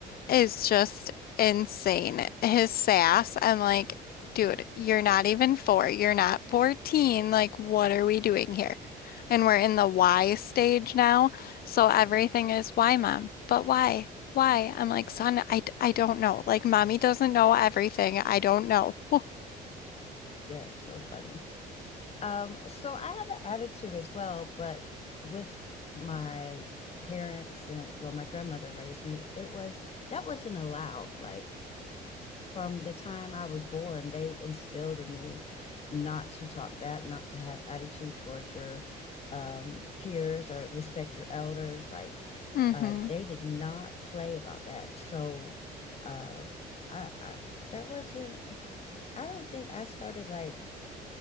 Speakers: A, on the left; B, on the left.
A: is just insane. His sass, I'm like, dude, you're not even four. You're not 14. Like, what are we doing here? And we're in the why stage now. So everything is why, mom? But why? Why? I'm like, son, I, d- I don't know. Like, mommy doesn't know everything. I don't know. <laughs>
B: That's so funny. Um, so I have an attitude as well, but with my parents and well, my grandmother raised me, it was that wasn't allowed. Like from the time I was born, they instilled in me not to talk back, not to have attitude towards your um, peers or respect your elders. Like
A: Mm-hmm.
B: uh, they did not play about that. So uh, I, I that wasn't. I don't think I started like